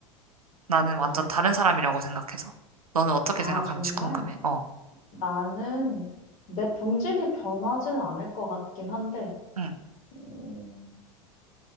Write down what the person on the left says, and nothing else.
또
같은
사람.
아,
정말?
나는 내 본질이 변하지는 않을 것 같긴 한데,
음,